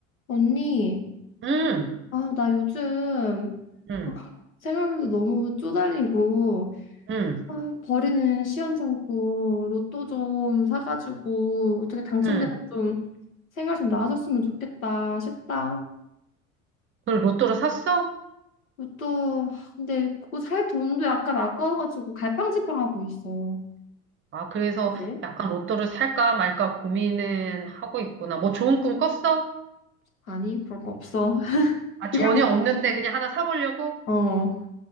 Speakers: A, on the left (about 75°); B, on the right (about 30°).
A: 언니,
B: 응,
A: 아, 나 요즘
B: 응,
A: 생활비도 너무 쪼달리고,
B: 응,
A: 아, 버리는 시원찮고, 로또 좀 사가지고, 어떻게 당첨돼서
B: 응.
A: 좀 생활 좀 나아졌으면 좋겠다 싶다.
B: 그걸 로또를 샀어?
A: 로또, 아, 근데 그거 살 돈도 약간 아까워가지고 갈팡질팡하고 있어.
B: 아, 그래서
A: 그치?
B: 약간 로또를 살까 말까 고민은 하고 있구나. 뭐 좋은 꿈 꿨어?
A: 아니, 그런 거 없어. <laughs>
B: 아,
A: 그냥,
B: 전혀 없는데 그냥 하나 사보려고?
A: 어,